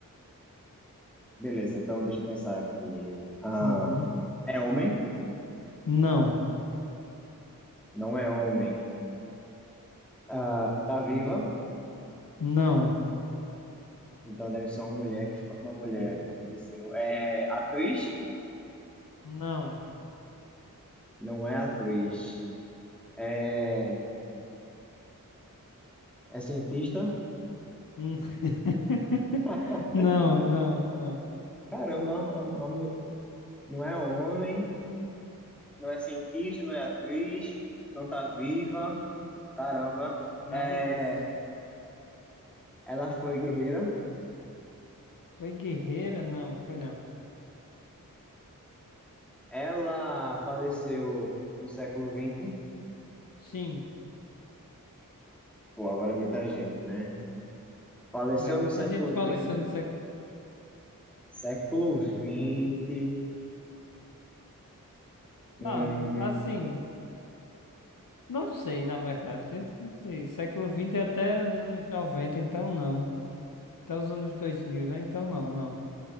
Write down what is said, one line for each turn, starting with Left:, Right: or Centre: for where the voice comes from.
Centre: Beleza, então deixa eu pensar aqui. Ah,
Left: Uhum.
Centre: é homem?
Left: Não,
Centre: Não é homem. Ah, tá viva?
Left: não,
Centre: Então deve ser uma mulher que fa- uma mulher que faleceu. É atriz?
Left: não.
Centre: Não é atriz. É, é cientista?
Left: Hum. <laughs>
Centre: <laughs>
Left: Não, não, não.
Centre: Caramba, uma- uma mu- não é homem, não é cientista, não é atriz, não tá viva. Caramba.
Left: Nada
Centre: É,
Left: disso.
Centre: ela foi guerreira.
Left: Foi guerreira? Não, foi não.
Centre: Ela faleceu no século vinte
Left: Sim.
Centre: Pô, agora é muita gente, né? Faleceu
Left: É, muita
Centre: no século
Left: gente fala
Centre: vinte
Left: isso no século.
Centre: Século vinte hum,
Left: Ah, assim. Não sei, na verdade. Não sei. Século XX é até anos 90, então não. Até os anos 2000, né? Então não, não.